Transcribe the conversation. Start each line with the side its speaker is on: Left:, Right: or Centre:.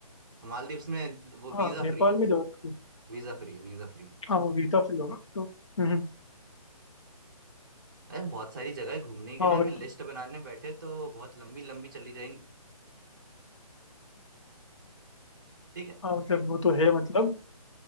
Right: मालदीव्स में वो
Left: हाँ
Right: वीजा
Left: नेपाल
Right: फ्री है वो
Left: में जरूरत होती है
Right: वीजा फ्री है वीजा फ्री है
Left: हाँ वो वीजा फ्री होगा तो हम्म, हम्म,
Right: अरे बहुत सारी जगह है घूमने के
Left: हाँ
Right: लिए
Left: वही
Right: अभी लिस्ट
Left: तो
Right: बनाने बैठे तो बहुत लंबी लंबी चली जाएंगी
Left: <laughs>
Right: ठीक है
Left: हाँ मतलब वो तो है मतलब